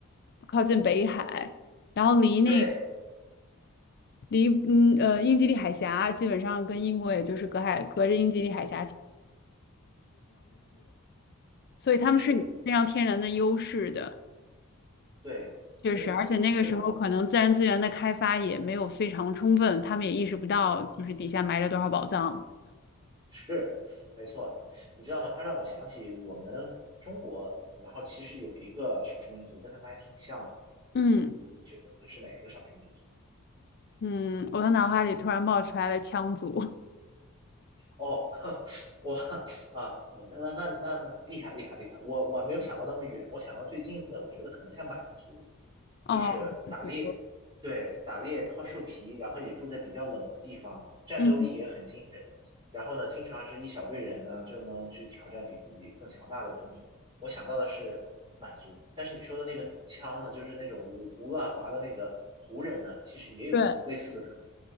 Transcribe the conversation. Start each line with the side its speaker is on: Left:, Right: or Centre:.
Left: 靠近北海，然后离那
Right: 对，
Left: 离嗯呃英吉利海峡基本上跟英国也就是隔海隔着英吉利海峡，所以他们是有非常天然的优势的，
Right: 是，对，
Left: 确实，
Right: 对，
Left: 而且那个时候可能自然资源的开发也没有非常充分，
Right: 你知道吗？
Left: 他们也意识不到就是底下埋着多少宝藏，
Right: 对。是，没错，你知道吗？他让我想起我们中国，然后其实有一个少数民族跟他们还挺像的。
Left: 嗯。
Right: 你你觉得会是哪一个少数民族？
Left: 嗯，我的脑海里突然冒出来了羌族。
Right: 哦，<laughs> 我啊，嗯那那那那厉害厉害厉害！我我没有想到那么远，我想到最近的，我觉得可能像满族。
Left: <laughs> 哦，
Right: 就是打猎，
Left: 满族。
Right: 对，打猎靠兽皮，然后也住在比较冷的地方，战斗力也很惊人。
Left: 嗯，
Right: 然后呢，经常是一小队人呢就能去挑战比自己更强大的文明。我想到的是满族，但是你说的那个枪呢，就是那种五胡乱华的那个胡人呢，其实也有类似的特点。
Left: 对。